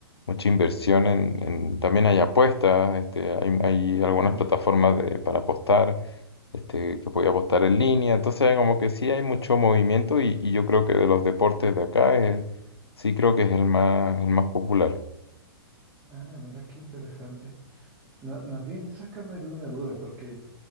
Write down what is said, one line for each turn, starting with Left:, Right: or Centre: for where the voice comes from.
Left: mucha inversión en, en- también hay apuestas, este, hay, hay algunas
Right: Mm,
Left: plataformas de, para apostar, este, que puede apostar en línea. Entonces como que sí hay mucho movimiento y, y yo creo que de los deportes de acá, eh, sí creo que es el más, el más popular.
Right: Ah, mira qué interesante. Ma- más bien, sácame de una duda, porque